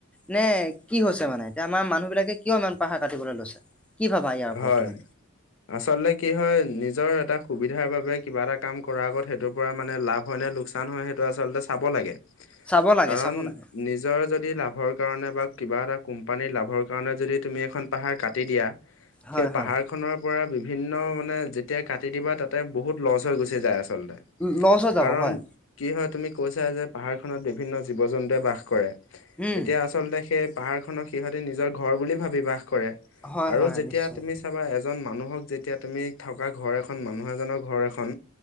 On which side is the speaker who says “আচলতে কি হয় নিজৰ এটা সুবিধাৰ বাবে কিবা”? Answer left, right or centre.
Left